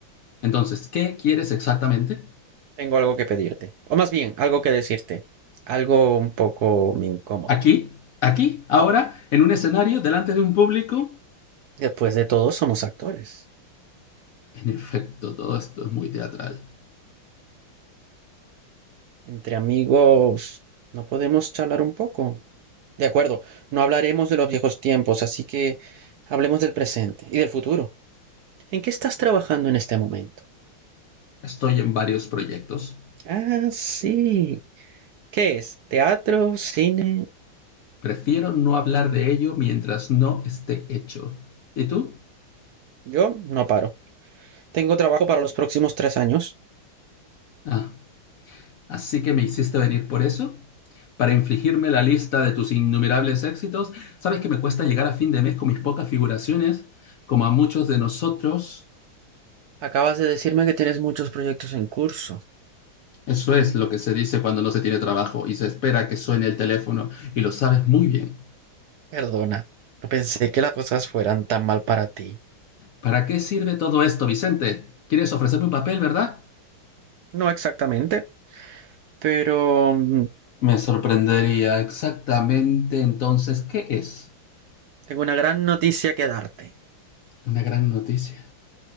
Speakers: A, on the left; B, on the right.
A: Entonces, ¿qué quieres exactamente?
B: Tengo algo que pedirte, o más bien, algo que decirte, algo un poco incómodo.
A: ¿Aquí? ¿Aquí? ¿Ahora? ¿En un escenario? ¿Delante de un público?
B: Después de todo, somos actores.
A: En efecto, todo esto es muy teatral.
B: Entre amigos, ¿no podemos charlar un poco? De acuerdo, no hablaremos de los viejos tiempos, así que hablemos del presente y del futuro. ¿En qué estás trabajando en este momento?
A: Estoy en varios proyectos.
B: Ah, sí. ¿Qué es? ¿Teatro? ¿Cine?
A: Prefiero no hablar de ello mientras no esté hecho. ¿Y tú?
B: Yo no paro. Tengo trabajo para los próximos tres años.
A: Ah, así que me hiciste venir por eso. Para infligirme la lista de tus innumerables éxitos, sabes que me cuesta llegar a fin de mes con mis pocas figuraciones, como a muchos de nosotros.
B: Acabas de decirme que tienes muchos proyectos en curso.
A: Eso es lo que se dice cuando no se tiene trabajo y se espera que suene el teléfono, y lo sabes muy bien.
B: Perdona, no pensé que las cosas fueran tan mal para ti.
A: ¿Para qué sirve todo esto, Vicente? ¿Quieres ofrecerme un papel, verdad?
B: No exactamente, pero mm,
A: Me sorprendería exactamente entonces qué es.
B: Tengo una gran noticia que darte.
A: Una gran noticia.